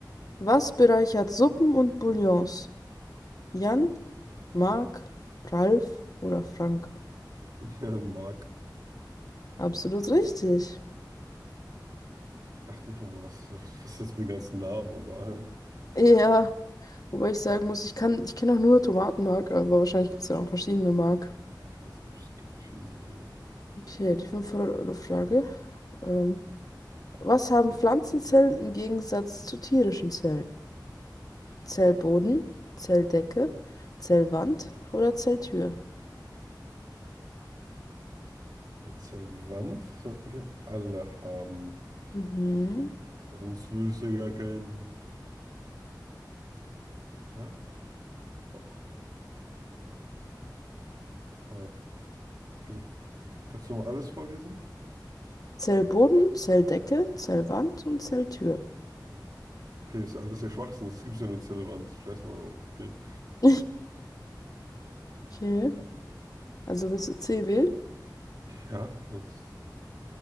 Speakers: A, on the left; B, on the right.
A: Was bereichert Suppen und Bouillons? Jan, Mark, Ralf oder Frank?
B: Ja, Mark.
A: Absolut richtig.
B: Ich dachte mir schon, boah, was, was ist jetzt mit den ganzen Namen? Aber <laughs>
A: Ja, wobei ich sagen muss, ich kann, ich kenne auch nur Tomatenmark, aber wahrscheinlich gibt es ja auch verschiedene Mark.
B: ja, ja, es gibt, es gibt verschiedene. So.
A: Okay, die fünfhundert euro frage Ähm, was haben Pflanzenzellen im Gegensatz zu tierischen Zellen? Zellboden, Zelldecke, Zellwand oder Zelltür?
B: Ja, Zelvant sollten wir alle haben.
A: Mhm.
B: Weil sonst würdest du ja gar keinen. Oder? Doch, doch. Äh, also kannst du mal alles vorlesen?
A: Zellboden, Zelldecke, Zellwand und Zelltür.
B: Okay, ist ja alles ja Schwachsinn. Das gibt ja nur Zellwand. Scheiß mal auf. Okay.
A: <laughs> Okay, also willst du C wählen?
B: Ja, sonst.